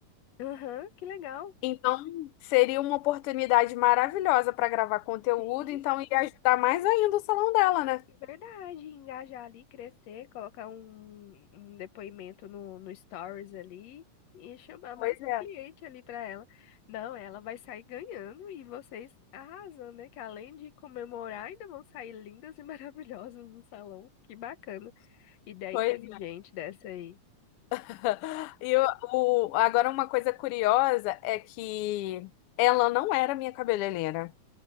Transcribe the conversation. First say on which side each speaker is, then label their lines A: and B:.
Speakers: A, on the left (about 65°); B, on the left (about 85°).
A: aham, que legal.
B: Então, seria uma oportunidade maravilhosa para gravar conteúdo,
A: Sim,
B: então ia ajudar mais ainda o salão dela, né?
A: é verdade. Engajar ali, crescer, colocar um, um depoimento no, no Stories ali e chamar mais
B: Pois é,
A: cliente ali pra ela. Não, ela vai sair ganhando e vocês arrasando, né? Que além de comemorar, ainda vão sair lindas e maravilhosas no salão. Que bacana. Ideia
B: pois
A: inteligente
B: é.
A: dessa aí.
B: <laughs> E o, o- agora uma coisa curiosa é que ela não era minha cabeleireira.